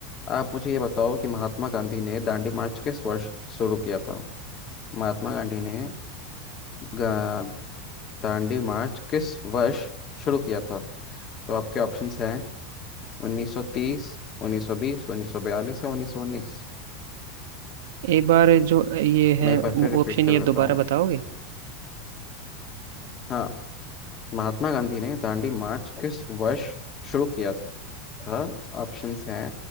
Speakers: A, on the left (about 25°); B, on the right (about 70°).
A: आप मुझे ये बताओ कि महात्मा गांधी ने दांडी मार्च किस वर्ष शुरू किया था महात्मा गांधी ने गा- दांडी मार्च किस वर्ष शुरू किया था तो आपके ऑप्शंस हैं 1930 1920 1942 या 1919
B: एक बार जो ये है
A: मैं एक बार फिर रिपीट
B: ऑप्शन
A: कर
B: ये
A: देता
B: दोबारा
A: हूँ
B: बताओगे
A: हाँ महात्मा गांधी ने दांडी मार्च किस वर्ष शुरू किया था ऑप्शंस हैं